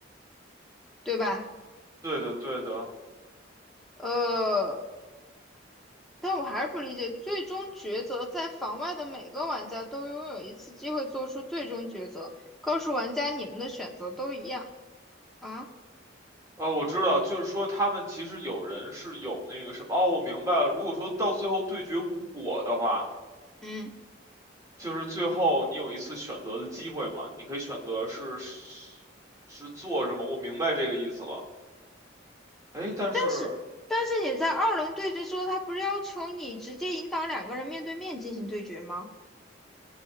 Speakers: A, in the centre; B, on the right (about 20°).
A: 对吧？
B: 对的，对的。
A: 呃，但我还是不理解，最终抉择在房外的每个玩家都拥有一次机会做出最终抉择，告诉玩家你们的选择都一样啊。
B: 呃，我知道，就是说他们其实有人是有那个什么，哦，我明白了。如果说到最后对决无果的话，
A: 嗯，
B: 就是最后你有一次选择的机会嘛，你可以选择是是是做什么，我明白这个意思了。哎，但是
A: 但是但是你在二轮对决之后，他不是要求你直接引导两个人面对面进行对决吗？